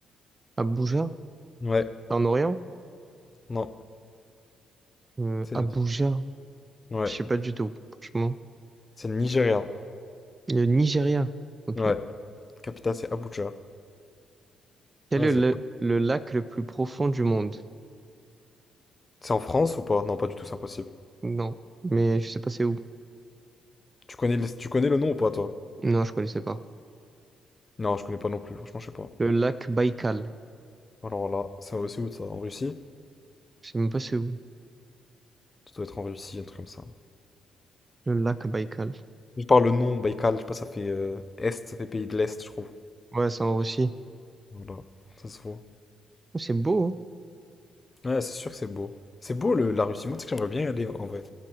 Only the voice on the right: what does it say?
Abuja?
En Orient?
Euh,
Abuja?
Je sais pas du tout, franchement.
Le Nigeria. Ok.
Quel
est le, le lac le plus profond du monde?
Non. Mais je sais pas c'est où.
Non, je connaissais pas.
Le lac Baïkal.
Je sais même pas c'est où.
Le lac Baïkal.
Ouais, c'est en Russie.
Oh, C'est beau, hein?